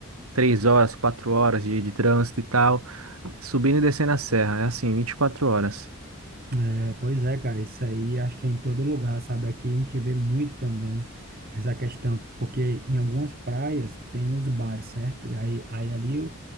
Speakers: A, on the right (about 80°); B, on the right (about 40°).
A: três horas, quatro horas de, de trânsito e tal, subindo e descendo a serra. É assim, 24 horas.
B: É, pois é, cara, isso aí acho que é em todo lugar, sabe? Aqui a gente vê muito também essa questão, porque em algumas praias tem os bares, certo? E aí, aí ali o,